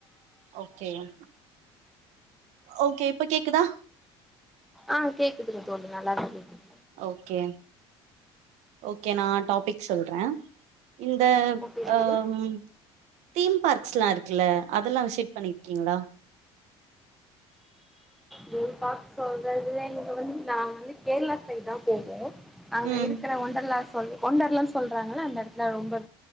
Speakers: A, on the right; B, in the centre.
A: ஓகேவா ஓகே இப்ப கேக்குதா
B: ஆ கேக்குதுங்க தோழி நல்லாவே கேக்குது
A: ஓகே ஓகே நா டாபிக் சொல்ற இந்த
B: ஓகே
A: அம்
B: தோழி
A: தீம் பார்க்ஸ் எல்லா இருக்குல்ல அதெல்லா விசிட் பண்ணிருக்கீங்களா
B: தீம் பார்க் சொல்றதுல வந்து நா வந்து கேர்ளா சைடுதா போயிருக்க அங்க
A: ம்
B: இருக்குற ஒண்டர்லாஸ் ஒண்ணு ஒண்டர்லான் சொல்றாங்கள அந்த எடத்துல ரொம்ப